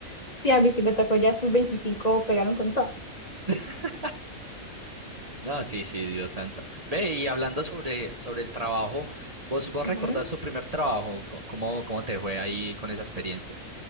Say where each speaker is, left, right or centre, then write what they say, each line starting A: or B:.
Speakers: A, on the left; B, on the right.
A: Sí, a mí sí me tocó, ya sus 25 pegaron con toda.
B: <laughs> No, sí, sí, Dios santo. Ve, y hablando sobre, sobre el trabajo, ¿vos, vos
A: Ujú.
B: recordás tu primer trabajo? Co- ¿Cómo, cómo te fue ahí con esa experiencia?